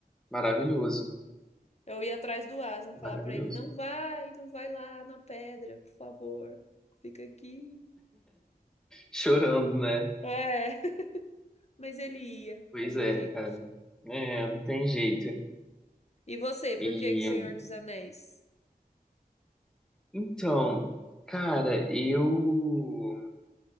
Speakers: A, in the centre; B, on the left.
A: maravilhoso.
B: eu ia atrás do Aslan falar
A: Maravilhoso.
B: pra ele: não vai, não vai lá na pedra, por favor, fica aqui.
A: Chorando, né?
B: É. Mas ele ia
A: Pois
B: fazer
A: é,
B: o quê?
A: cara. É, não tem jeito.
B: E você, por
A: E.
B: que que Senhor
A: hum,
B: dos Anéis?
A: Então, cara, eu.